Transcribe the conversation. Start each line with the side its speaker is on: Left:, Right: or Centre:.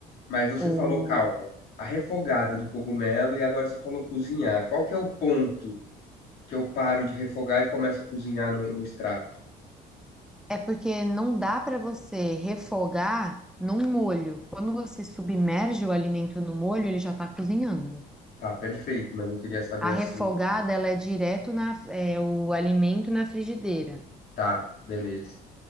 Left: Mas você
Centre: o
Left: falou, calma, a refogada do cogumelo e agora você falou cozinhar. Qual que é o ponto que eu paro de refogar e começo a cozinhar no, no extrato?
Centre: É porque não dá para você refogar num molho. Quando você submerge o alimento no molho, ele já está cozinhando.
Left: Tá, perfeito, mas eu queria saber
Centre: A refogada,
Left: assim.
Centre: ela é direto na, é, o alimento na frigideira.
Left: Tá, beleza.